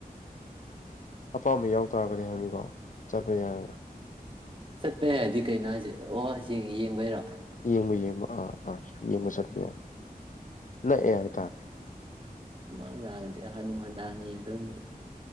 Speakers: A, on the left; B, on the right.
A: ꯑꯄꯥꯝꯕ ꯌꯥꯎ ꯇꯥꯔꯒꯗꯤ ꯍꯥꯏꯗꯤꯀꯣ ꯆꯠꯄ ꯌꯥꯏ
B: ꯆꯠꯄ ꯌꯥꯏꯗꯤ ꯀꯩꯅꯣ ꯍꯥꯏꯁꯦ ꯑꯣ ꯌꯦꯡꯕꯩꯔꯣ
A: ꯌꯦꯡ ꯌꯦꯡꯕ ꯑꯥ ꯑꯥ ꯌꯦꯡꯕ ꯆꯠꯄ ꯌꯥꯏ ꯅꯛꯑꯦ ꯍꯥꯏ ꯇꯥꯔꯦ
B: ꯁꯨꯃꯥꯡ ꯂꯤꯂꯒꯗꯤ ꯍꯅꯨ ꯍꯥꯅꯅꯥ ꯌꯦꯡꯗꯧꯅꯤꯗ